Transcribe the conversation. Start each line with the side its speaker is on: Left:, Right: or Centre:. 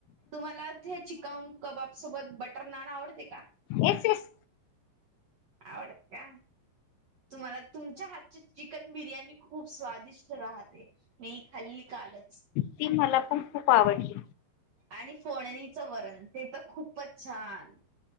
Right: तुम्हाला ते चिकन कबाब सोबत बटर नान आवडते का?
Left: येच यस.
Right: आवडते का? तुम्हाला तुमच्या हातची चिकन बिर्याणी खूप स्वादिष्ट राहते. मी खाल्ली कालच.
Left: ती मला पण खूप आवडली.
Right: आणि फोडणीचं वरण ते तर खूपच छान.